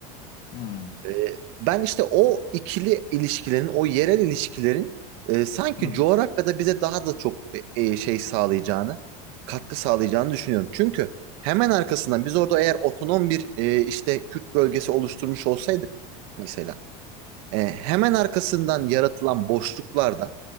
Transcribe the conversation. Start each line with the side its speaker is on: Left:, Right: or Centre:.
Left: Hı hı.
Right: Ee, ben işte o ikili ilişkilerin, o yerel ilişkilerin e, sanki
Left: Hı hı.
Right: coğrafyada bize daha da çok e, e, şey sağlayacağını, katkı sağlayacağını düşünüyorum. Çünkü hemen arkasından biz orada eğer otonom bir e, işte Kürt bölgesi oluşturmuş olsaydık mesela, e, hemen arkasından yaratılan boşluklarda